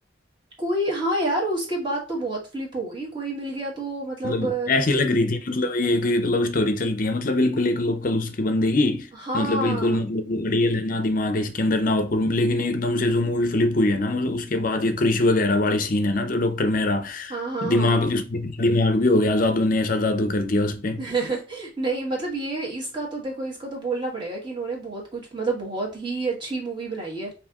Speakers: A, on the right (about 25°); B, on the left (about 45°).
A: कोई हाँ यार उसके बाद तो बहुत फ्लिप हो गई कोई मिल गया तो मतलब
B: मतलब
A: अ,
B: ऐसी लग रही थी मतलब ये एक लव स्टोरी चल रही है मतलब बिल्कुल एक लोकल उसकी बंदेगी
A: हाँ
B: मतलब बिल्कुल मतलब अड़ियल है ना दिमाग है इसके अंदर ना और कुछ लेकिन एकदम से जो मूवी फ्लिप हुई है ना मतलब उसके बाद ये क्रिश वगैरह वाली सीन है ना तो डॉक्टर मेहरा
A: हाँ हाँ
B: दिमाग
A: हाँ
B: उसके दिमाग भी हो गया जादू ने ऐसा जादू कर दिया उस पे
A: <laughs> नहीं मतलब ये इसका तो देखो इसका तो बोलना पड़ेगा कि इन्होंने बहुत कुछ मतलब बहुत ही अच्छी मूवी बनाई है